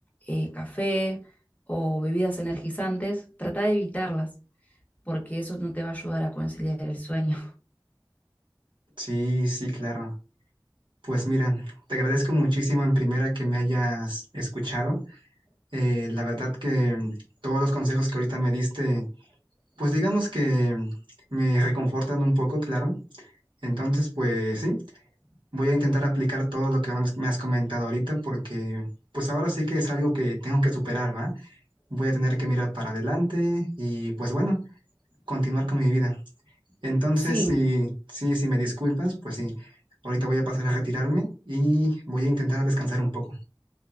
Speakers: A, on the left; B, on the right.
A: eh, café o bebidas energizantes, trata de evitarlas, porque eso no te va a ayudar a conciliar el sueño.
B: Sí, sí, claro. Pues mira, te agradezco muchísimo en primera que me hayas escuchado. Eh, la verdad que mm, todos los consejos que ahorita me diste, pues digamos que mm, me reconfortan un poco, claro. Entonces, pues sí, voy a intentar aplicar todo lo que me has me has comentado ahorita porque pues ahora sí que es algo que tengo que superar, ¿va? voy a tener que mirar para adelante y pues bueno, continuar con mi vida. Entonces,
A: Sí,
B: sí, sí, si me disculpas, pues sí, ahorita voy a pasar a retirarme y voy a intentar descansar un poco.